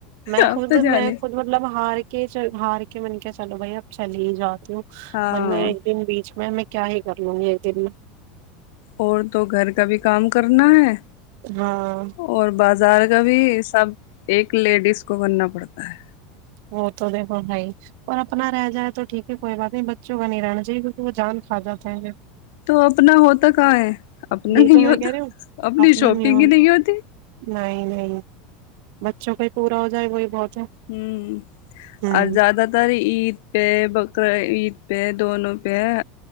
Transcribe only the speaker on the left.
اب
تو جانے
ہاں
اور تو گھر کا بھی کام کرنا ہے
اور بازار کبھی سب ایک لیڈیز کو کرنا پڑتا ہے
تو اپنا ہوتا کہاں ہے اپنا
نہیں
ہوتا
اپنی
شاپنگ
ہی نہیں ہوتی
ہوں
اور زیادہ تر عید پہ بقر عید پہ دونوں پہ ہے